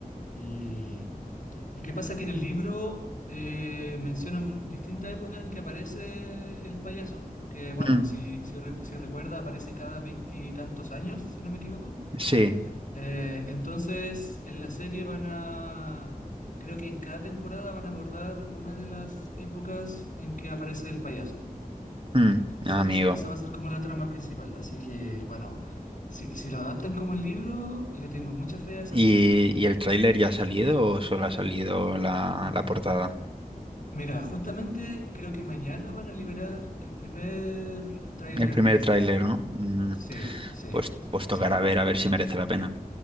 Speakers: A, on the left; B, on the right.
A: Y, y qué pasa que en el libro eh, mencionan distintas épocas en que aparece el payaso, porque, bueno,
B: Mm,
A: si, si, re- si recuerda aparece cada veintitantos años, si no me equivoco.
B: sí,
A: Eh, entonces, en la serie van a, creo que en cada temporada van a abordar una de las épocas en que aparece el payaso.
B: mm,
A: Ese-
B: amigo.
A: ese- esa va a ser como la trama principal. Así que, bueno, si, si lo adaptan como el libro, le tengo mucha fe a esa
B: ¿Y,
A: serie.
B: y el tráiler ya ha salido o solo ha salido la, la portada?
A: Mira, justamente creo que mañana van a liberar el primer tráiler
B: El primer
A: de la serie.
B: tráiler, ¿no? Mm,
A: Sí, sí,
B: pues, pues tocará
A: sí.
B: ver a ver si merece la pena.